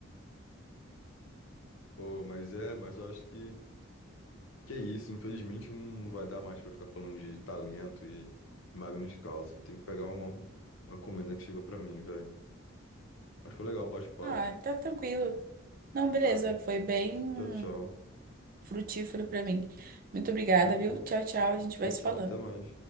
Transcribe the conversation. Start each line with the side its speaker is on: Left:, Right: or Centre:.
Left: <laughs> Pô, mas é, mas eu acho que. Que é isso, infelizmente não vai dar mais pra ficar falando de talento e Magnus Carlsen. Tem que pegar uma, uma encomenda que chegou pra mim, velho. Mas foi legal o bate-papo,
Right: Ah, tá tranquilo. Não, beleza,
Left: tá?
Right: foi bem
Left: Tchau, tchau.
Right: frutífero pra mim. Muito obrigada,
Left: Perfeito.
Right: viu? Tchau, tchau. A gente
Left: Tchau,
Right: vai
Left: tchau.
Right: se falando.
Left: Até mais.